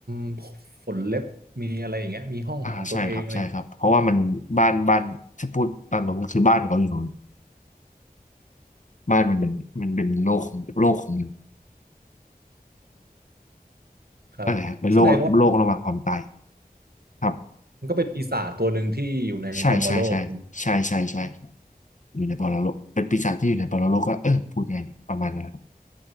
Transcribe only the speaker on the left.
อ่าใช่ครับใช่ครับเพราะว่ามันบ้านบ้านถ้าพูดตามตรงก็คือบ้านเขาอยู่นู้นบ้านมันเป็นมันเป็นโลกของโลกของ
อะไรครับเป็นโลกโลกระหว่างความตายครับ
ใช่ใช่ใช่ใช่ใช่ใช่อยู่ในปรโลกเป็นปีศาจที่อยู่ในปรโลกก็เออพูดไงดีประมาณนั้นครับ